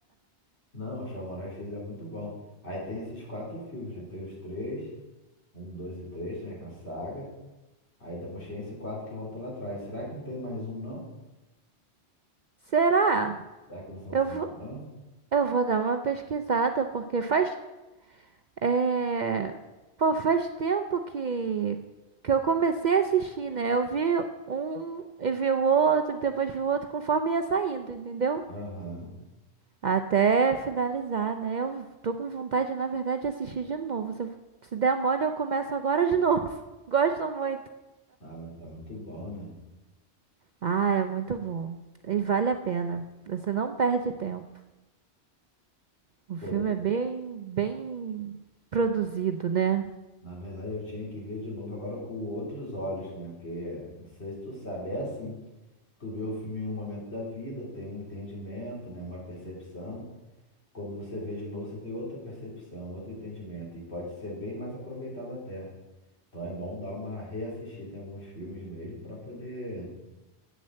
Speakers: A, on the left; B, on the right.
A: Não, Chamoral X é muito bom. Aí tem esses quatro filmes, né? Tem os três. Um, dois e três, né? Com a saga. Aí depois tem esse quatro que volta lá atrás. Será que não tem mais um, não?
B: Será?
A: Será que não são
B: Eu
A: cinco,
B: vou,
A: não?
B: eu vou dar uma pesquisada, porque faz É... Pô, faz tempo que... que eu comecei a assistir, né? Eu vi um e vi o outro, depois vi o outro, conforme ia saindo, entendeu?
A: Aham.
B: Até finalizar, né? Eu tô com vontade, na verdade, de assistir de novo. Se, eu- se der mole, eu começo agora de novo. <laughs> Gosto muito.
A: Ah, mas é muito bom, né?
B: Ah, é muito bom. E vale a pena. Você não perde tempo. O
A: Pô,
B: filme
A: eu-
B: é bem, bem produzido, né?
A: na verdade eu tinha que ver de novo agora com outros olhos, né? Porque, não sei se tu sabe, é assim. Tu vê o filme em um momento da vida, tem um entendimento, né? Uma percepção. Quando você vê de novo, você tem outra percepção, outro entendimento. E pode ser bem mais aproveitado até. Então é bom dar uma reassistida em alguns filmes mesmo para poder